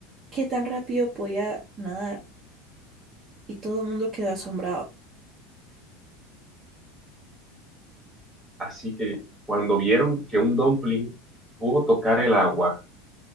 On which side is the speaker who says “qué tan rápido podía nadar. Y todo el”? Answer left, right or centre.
Right